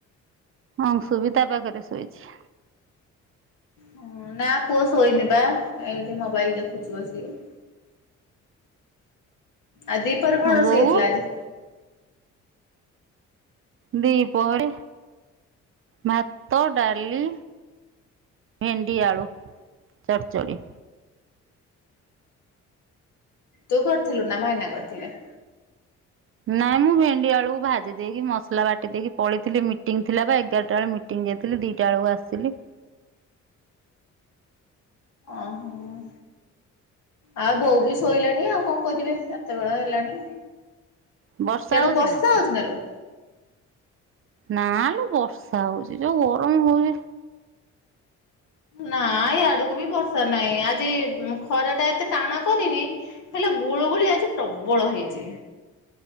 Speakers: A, on the right; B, on the left.
A: ଅଂଶୁ ବି ତା ପାଖରେ ଶୋଇଛି।
B: ହଁ ନା ପୁଅ ଶୋଇନି ବା ଏଇଠି ମୋବାଇଲ୍ ଦେଖୁଛି ବସିକି। ଆଉ ଦିପରେ କଣ
A: ବୋଉ
B: ସେ ହେଇଥିଲା ଆଜି?
A: ଦିପହରେ ଭାତ, ଡାଲି। ଭେଣ୍ଡି, ଆଳୁ ଚଡ଼୍ ଚଡି।
B: ତୁ କରିଥିଲୁ ନା ଭାଇନା କରିଥିଲେ।
A: ନାଇଁ ମୁଁ ଭେଣ୍ଡି ଆଳୁ ଭାଜି ଦେଇକି ମସଲା ବାଟି ଦେଇକି ପଳେଇଥିଲି ମିଟିଂ ଥିଲା ବା ଏଗାରଟା ବେଳେ ମି ଟିଂଗ୍ ଯାଇଥିଲି ଦିଟା ବେଳକୁ ଆସିଲି।
B: ଅଁ-ହୁଁ। ଆଉ ବୋଉ ବି ଶୋଇଲାଣି ଆଉ କଣ କରିବେ, ଏତେବେଳ ହେଲାଣି।
A: ବର୍ଷା
B: ସିଆଡୁ
A: ହଉଛି
B: ବର୍ଷା
A: ଏବେ?
B: ହୋଉଛି ନା ଲୋ।
A: ନା ଲୋ ବର୍ଷା ହୋଉଚି ଯୋଉ ଗରମ୍ ହୋଉଚି।
B: ନା ଇଆଡକୁ ବି ବର୍ଷା ନାହିଁ, ଆଜି ଖରା ଟା ଏତେ ଟାଣ କରିନି। ହେଲେ ଗୁଳୁଗୁଳି ଆଜି ପ୍ରବଳ ହେଇଛି।